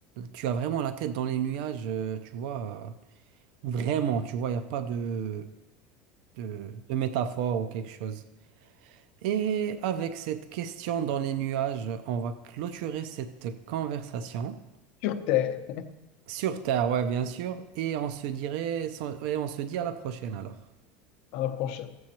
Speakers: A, on the right; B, on the left.
A: tu as vraiment la tête dans les nuages, euh, tu vois, euh, vraiment, tu vois, il n'y a pas de, de, de métaphore ou quelque chose. Et avec cette question dans les nuages, on va clôturer cette conversation.
B: sur Terre,
A: Sur Terre, ouais, bien sûr. Et on se dirait, et on se dit à la prochaine alors.
B: à la prochaine.